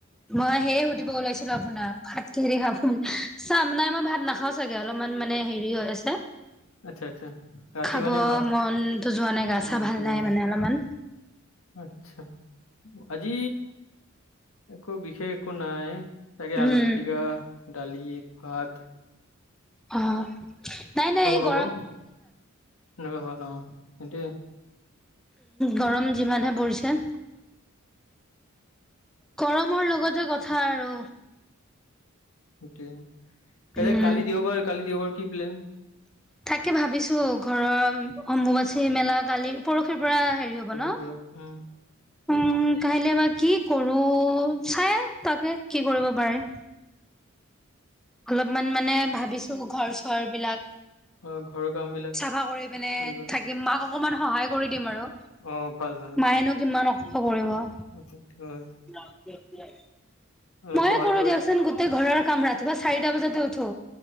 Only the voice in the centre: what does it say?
মই সেয়ে সুধিব ওলাইছিলো আপোনাক ভাতকিহেৰে খাব চাম না মই ভাত নাখাও চাগে অলপমান মানে হেৰি হৈ আছে
খাব
মনতো যোৱা নাই গা চা
ভাল
নাই মানে অলমান।
উম
অ নাই নাই এ গ
গৰম যিমানহে পৰিছে গৰমৰ লগতে কথা আৰু
উম
তাকে ভাবিছো ঘৰৰ অম্বুবাচী মেলা গালি পৰহি পৰা হেৰি হ'ব
ন
উম কাইলে বা কি কৰো চাং তাকে কি কৰিব পাৰে অলপমান মানে ভাবিছো ত' ঘৰ চৰ বিলাক
চাফা কৰি পিনে
থাকিম মাক অ অকণমান সহায় কৰি দিম আৰু
মায়েনো কিমান কৰিব
ন <unintelligible>
মইয়ে
কৰো
দিয়কচোন
গোটেই ঘৰৰ কাম ৰাতিপুৱা চাৰিটা বজাতে উঠো